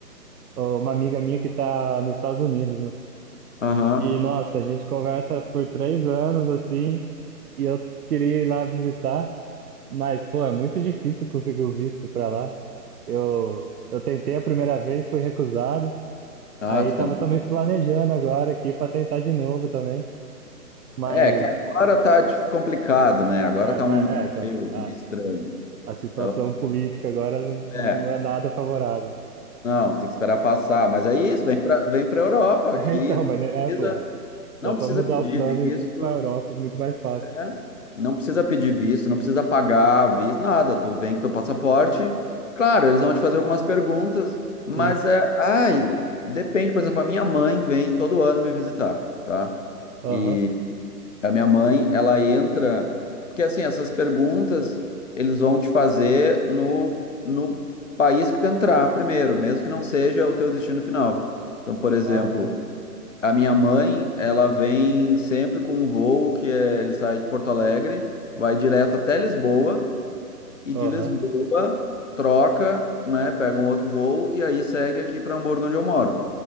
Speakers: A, on the right; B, on the left.
A: uma amiga minha que tá nos Estados Unidos, né?
B: Aham.
A: E nossa, a gente conversa por três anos assim, e eu queria ir lá visitar, mas pô, é muito difícil conseguir o visto pra lá. Eu, eu tentei a primeira vez, fui recusado.
B: Ah,
A: Aí
B: tu
A: tava
B: tenta.
A: também planejando agora aqui pra tentar de novo também. Mas
B: É, que agora tá dif- complicado, né? Agora
A: É,
B: tá
A: mas,
B: um momento
A: é, então,
B: meio,
A: a,
B: meio estranho.
A: a situação
B: Então,
A: política agora
B: é.
A: não, não é nada favorável. <laughs>
B: Não, tem que esperar passar. Mas aí isso, vem para vem para Europa
A: É,
B: aqui,
A: então,
B: não
A: mas, né,
B: precisa,
A: é, pô, dá
B: não
A: pra
B: precisa
A: mudar
B: pedir
A: o plano
B: visto,
A: e ir pra pra Europa, muito mais fácil.
B: né? Não precisa pedir visto, não precisa pagar visto, nada. Tu vem com teu passaporte. Claro, eles vão te fazer algumas perguntas, mas
A: Sim,
B: é, ai, depende, por exemplo, a minha mãe vem todo ano me visitar, tá?
A: aham,
B: E a minha mãe, ela entra. Porque, assim, essas perguntas eles vão te fazer no, no país que tu entrar primeiro, mesmo que não seja o teu destino final. Então, por exemplo,
A: ah, sim,
B: a minha mãe, ela vem sempre com um voo que é, ele sai de Porto Alegre, vai direto até Lisboa, e
A: aham,
B: de Lisboa troca, né, pega um outro voo e aí segue aqui para Hamburgo, onde eu moro.